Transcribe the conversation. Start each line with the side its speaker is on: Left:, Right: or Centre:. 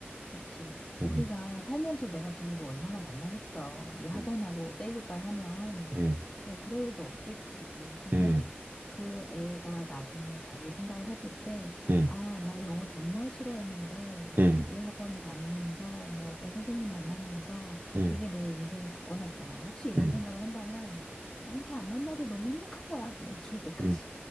Left: 그치. 우리가
Right: 음,
Left: 살면서 내가 걔를 뭐 얼마나 만나겠어. 이 학원하고
Right: 음,
Left: 세이 굿바이 하면
Right: 음,
Left: 뭐 그럴 일도 없겠지. 근데
Right: 음,
Left: 그 애가 나중에 자기 생각을 해볼 때,
Right: 음,
Left: 아, 나 영어 정말 싫어했는데
Right: 음,
Left: 이 학원 다니면서 뭐 어떤 선생님 만나면서
Right: 음,
Left: 그게 내 인생을 바꿔놨잖아. 혹시 이런
Right: 음,
Left: 생각을 한다면 나는 걔 안 만나도 너무 행복한 거야. 그냥 <laughs> 죽을 때까지.
Right: 음,